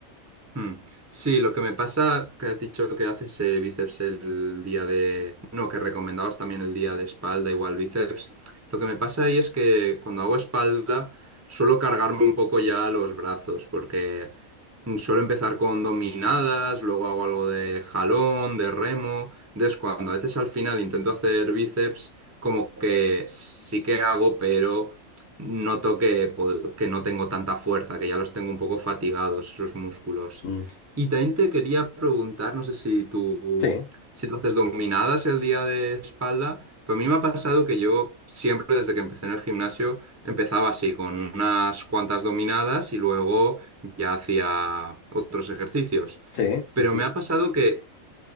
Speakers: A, on the right; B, on the left.
A: Mm. Sí, lo que me pasa, que has dicho que haces eh, bíceps el día de... No, que recomendabas también el día de espalda, igual bíceps. Lo que me pasa ahí es que cuando hago espalda suelo cargarme un poco ya los brazos, porque mm, suelo empezar con dominadas, luego hago algo de jalón, de remo. Entonces, cuando a veces al final intento hacer bíceps, como que sí que hago, pero noto que, pod- que no tengo tanta fuerza, que ya los tengo un poco fatigados, esos músculos.
B: Mm,
A: Y también te quería preguntar, no sé si tú,
B: sí,
A: si tú haces dominadas el día de espalda, pero a mí me ha pasado que yo siempre desde que empecé en el gimnasio empezaba así, con unas cuantas dominadas y luego ya hacía otros ejercicios.
B: sí,
A: Pero
B: sí, sí.
A: me ha pasado que